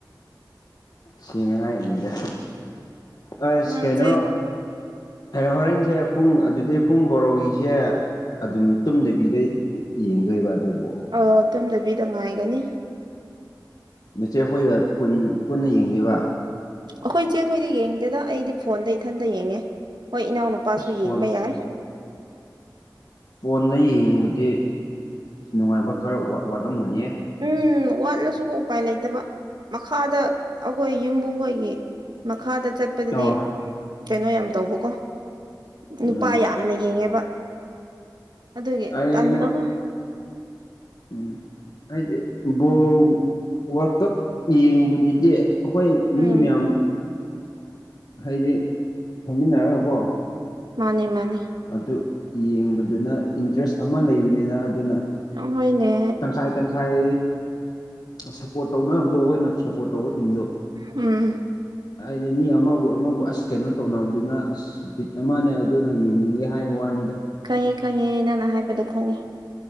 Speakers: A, on the left; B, on the right.
A: ꯁꯦꯡꯉꯦ ꯍꯥꯏꯔꯤꯅꯤꯗ ꯑꯁ
B: ꯅꯪꯁꯦ
A: ꯀꯩꯅꯣ ꯍꯣꯔꯦꯟꯁꯦ ꯄꯨꯡ ꯑꯗꯨꯗꯤ ꯄꯨꯡ ꯕꯣꯔꯣꯒꯤꯁꯦ ꯑꯗꯨꯝ ꯇꯨꯝꯗꯕꯤꯗ ꯌꯦꯡꯗꯣꯏꯕ ꯑꯗꯨꯕꯣ
B: ꯑꯣ ꯇꯨꯝꯗꯕꯤꯗ ꯉꯥꯏꯒꯅꯤ
A: ꯅꯆꯦ ꯈꯣꯏꯒ ꯄꯨꯟ ꯄꯨꯟꯅ ꯌꯦꯡꯗꯣꯏꯕ
B: ꯑꯩꯈꯣꯏ ꯏꯆꯦꯈꯣꯏꯗꯤ ꯌꯦꯡꯗꯦꯗ ꯑꯩꯗꯤ ꯐꯣꯟꯗ ꯏꯊꯟꯇ ꯌꯦꯡꯉꯦ ꯍꯣꯏ ꯏꯅꯥꯎꯅꯨꯄꯥꯁꯨ
A: ꯑꯁ ꯐꯣꯟ
B: ꯌꯦꯡꯕ ꯌꯥꯏ
A: ꯐꯣꯟꯗ ꯌꯦꯡꯕꯗꯤ ꯅꯨꯡꯉꯥꯏꯕ ꯈꯔꯥ ꯋꯥꯠꯂꯝꯒꯅꯤꯌꯦ
B: ꯎꯝ ꯋꯥꯠꯂꯁꯨ ꯎꯄꯥꯏ ꯂꯩꯇꯕ ꯃꯈꯥꯗ ꯑꯩꯈꯣꯏ ꯌꯨꯝꯕꯨꯈꯣꯏꯒꯤ ꯃꯈꯥꯗ ꯆꯠ ꯆꯠꯄꯗꯨꯗꯤ
A: ꯑꯣ
B: ꯀꯩꯅꯣ ꯌꯥꯝ ꯇꯧꯕꯀꯣ ꯅꯨꯄꯥ
A: ꯎꯝ
B: ꯌꯥꯝ ꯌꯥꯝꯅ ꯌꯦꯡꯉꯦꯕ ꯑꯗꯨꯒꯤ
A: ꯑꯩ
B: ꯇꯟꯕꯀꯣ
A: ꯀꯩꯅꯣ ꯎꯝ ꯍꯥꯏꯗꯤ ꯕꯣꯜ ꯋꯥꯔꯀꯞ ꯌꯦꯡꯕ <unintelligible> ꯑꯩꯈꯣꯏ
B: ꯎꯝ
A: ꯃꯤ ꯃꯌꯥꯝ ꯍꯥꯏꯗꯤ ꯐꯝꯃꯤꯟꯅꯔꯒꯀꯣ
B: ꯃꯥꯅꯦ ꯃꯥꯅꯦ
A: ꯑꯗꯨ ꯌꯦꯡꯕꯗꯨꯅ ꯏꯟꯇꯔꯦꯁ ꯑꯃ ꯂꯩꯕꯅꯤꯅ ꯑꯗꯨꯅ
B: ꯍꯣꯏꯅꯦ
A: ꯇꯪꯈꯥꯏ ꯇꯪꯈꯥꯏ ꯁꯞꯄꯣꯔꯠ ꯇꯧꯅꯕꯗꯣ ꯑꯩꯈꯣꯏꯅ ꯁꯞꯄꯣꯔꯠ ꯇꯧꯕ ꯇꯤꯝꯗꯣ
B: ꯎꯝ
A: ꯑꯩꯗꯤ ꯃꯤ ꯑꯃꯕꯨ ꯑꯃꯕꯨ ꯑꯁ ꯀꯩꯅꯣ ꯇꯧꯅꯕꯗꯨꯅ ꯑꯁ ꯕꯤꯠ ꯑꯃꯅꯦ ꯑꯗꯨꯅ ꯌꯦꯡꯅꯤꯡꯉꯦ ꯍꯥꯏꯕ ꯋꯥꯅꯤꯗ
B: ꯈꯪꯉꯦ ꯈꯪꯉꯦ ꯅꯪꯅ ꯍꯥꯏꯕꯗꯣ ꯈꯪꯉꯦ